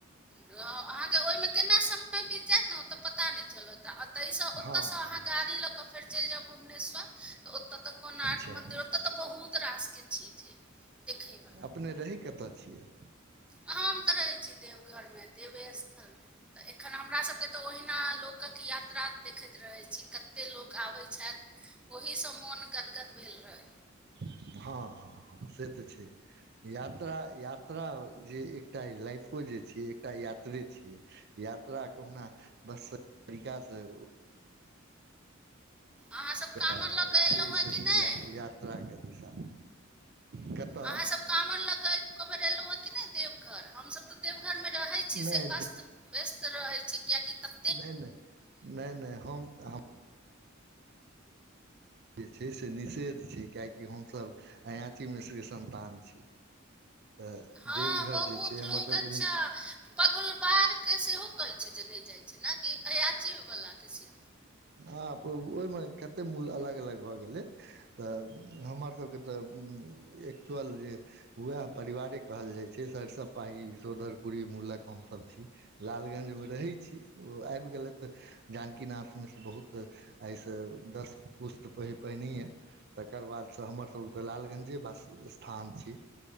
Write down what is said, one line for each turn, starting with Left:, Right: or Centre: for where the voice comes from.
Centre: रहब अहाँके ओइमे केना समय बित जायत न त पता नइ चलत। तऽ अतैसँ ओतसँ
Right: हँ
Centre: अहाँ
Right: हँ
Centre: गाड़ी लऽ कऽ फेर चलि जाउ भुवनेश्वर। तऽ ओत तऽ कोनाराक
Right: अच्छा
Centre: मंदिर ओत त बहुत रासके चीज अइ। देखैवला
Right: अपने रहै कतऽ छियै।
Centre: आ हम तऽ रहै छी देवघरमे देवेस्थलमे तऽ एखन हमरासभके तऽ ओहिना लोक। कथयात्रा देखैत रहै छी कते लोक आबै छैथि ओहिसँ मोन गदगद भेल रहै।
Right: हँ-हँ-हँ से तऽ छै। यात्रा यात्रा जे एकटा लाइफो जे छियै एकटा यात्रे छियै। यात्रा कहुना बस तरीकाँसे उ।
Centre: अहाँसभ काँवर
Right: अँ
Centre: लऽ कऽ एलहुँ
Right: छै
Centre: हेँ
Right: सही
Centre: कि नहि
Right: या यात्राके दिशा। कतय
Centre: अहाँ सब काँवर लऽ कऽ एको बेर एलौहं कि नै। देवघर हमसभ तऽ देवघरमे रहै छी
Right: नहि
Centre: से अस्त व्यस्त रहै छी कियाकि त।
Right: नइ-नइ-नइ-नइ हम त हम। जे छै से निषेध छै कियाकि हमसभ अयाची मिश्रके सन्तान छी। तऽ
Centre: हँ
Right: देवघर
Centre: बहुत
Right: जे छै हमरसबके
Centre: लोक अच्छा
Right: नि।
Centre: पगुलबारके सेहो कहै छै जे नै जाइ छै न कि अयाचीवलाके से।
Right: आँ पगु ओइमे कते मूल अलग अलग भऽ गेलै। तऽ हमरसभके तऽ एक्चुअल जे। वैह परिवारे कहल जाइत छै, सरिसब पाही सोदरपुरी मूलक हमसभ छी। लालगंज मे रहै छी, ओ आइब गेलैथ। जानकीनाथ मिश्र बहुत्त, आय सँ दस पुस्त प- पहिनैहें। तकर बादसँ हमरसभ तऽ लालगंजे बास- स्थान छी,